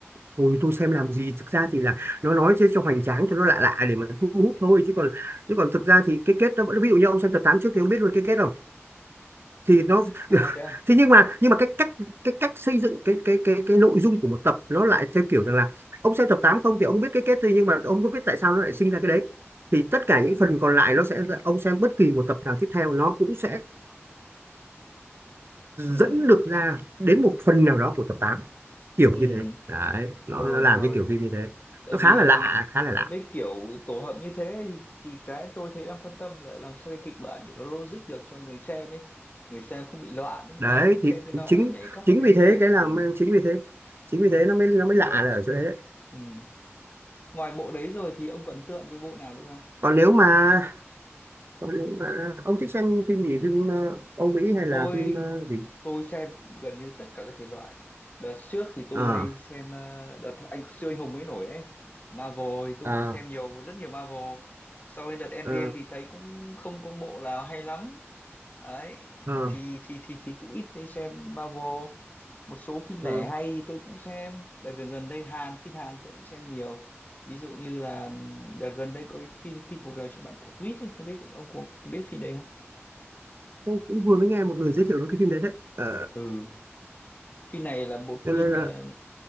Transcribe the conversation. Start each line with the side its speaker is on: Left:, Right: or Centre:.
Right: Thôi tôi xem làm gì thực ra thì là nó nói chứ cho hoành tráng cho nó lạ lạ để mà thu hút thôi chứ còn chứ còn thực ra thì cái kết nó vẫn ví dụ như ông xem tập 8 trước thì ông biết luôn cái kết rồi thì nó
Left: à
Right: <laughs>
Left: thế à,
Right: thế nhưng mà nhưng mà cái cách cái cách xây dựng cái cái cái cái nội dung của một tập nó lại theo kiểu rằng là ông xem tập 8 không thì ông biết cái kết thôi nhưng mà ông không biết tại sao nó lại sinh ra cái đấy thì tất
Left: à
Right: cả những phần còn lại nó sẽ ông xem bất kỳ một tập nào tiếp theo nó cũng sẽ
Left: ừ
Right: dẫn được ra đến một phần nào đó của tập tám kiểu
Left: ừ
Right: như thế đấy nó
Left: rồi
Right: nó làm
Left: rồi
Right: cái kiểu phim như thế
Left: tại
Right: nó
Left: vì
Right: khá là lạ khá là lạ
Left: với kiểu tổ hợp như thế thì, thì cái tôi thấy đang quan tâm là làm sao cái kịch bản để nó logic được cho người xem ấy người xem không bị loạn
Right: đấy
Left: đang xem
Right: thì
Left: cái nọ
Right: chính
Left: lại nhảy cóc
Right: chính
Left: qua cái
Right: vì
Left: kia
Right: thế cái làm
Left: ừ
Right: chính vì thế chính vì thế nó mới nó mới lạ là ở chỗ đấy đấy
Left: ừ ngoài bộ đấy rồi thì ông có ấn tượng với bộ nào nữa không
Right: còn nếu mà, còn nếu mà ông thích xem phim gì phim ờ, Âu Mỹ hay
Left: tôi
Right: là phim ờ, gì
Left: tôi xem gần như tất cả các thể loại đợt trước thì tôi
Right: ờ
Left: hay xem ờ, đợt anh siêu anh hùng mới nổi ấy Marvel thì tôi
Right: ờ
Left: cũng xem nhiều rất nhiều Marvel sau đến đợt Endgame
Right: ờ
Left: thì thấy cũng không có bộ nào hay lắm đấy
Right: ờ
Left: thì thì thì thì cũng ít đi xem Marvel một số phim lẻ
Right: ờ.
Left: hay thì tôi cũng xem đợt gần gần đây Hàn phim Hàn tôi cũng xem nhiều ví dụ như là ừm, đợt gần đây có cái phim khi cuộc đời cho bạn quả quýt ấy không biết ông có, có biết phim đấy không
Right: tôi cũng vừa mới nghe một người giới thiệu cái phim đấy đấy ờ
Left: Ừ phim này là một
Right: cho
Left: phim
Right: nên
Left: ờ,
Right: là